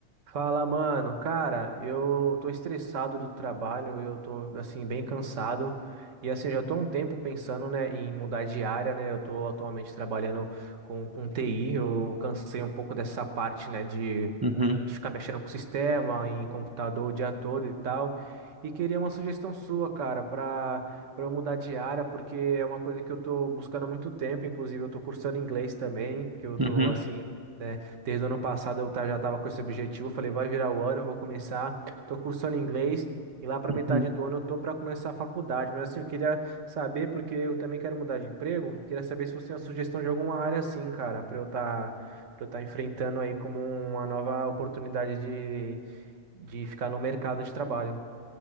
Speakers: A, on the right; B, on the right.
A: Fala, mano. Cara, eu tô estressado do trabalho, eu tô, assim, bem cansado. E, assim, eu já tô há um tempo pensando, né, em mudar de área, né? Eu tô atualmente trabalhando com, com TI, eu cansei um pouco dessa parte, né, de,
B: Uhum,
A: de ficar mexendo com o sistema, em computador o dia todo e tal. E queria uma sugestão sua, cara, pra, pra eu mudar de área, porque é uma coisa que eu tô buscando há muito tempo. Inclusive, eu tô cursando inglês também, que eu
B: uhum,
A: tô, assim. né? Desde o ano passado eu ta- já estava com esse objetivo. eu Falei, vai virar o ano, eu vou começar. Tô cursando inglês e lá para
B: uhum.
A: metade do ano eu tô para começar a faculdade. Mas assim, eu queria saber, porque eu também quero mudar de emprego. Queria saber se você tem uma sugestão de alguma área assim, cara, para eu estar para eu tá enfrentando aí como uma nova oportunidade de, de ficar no mercado de trabalho.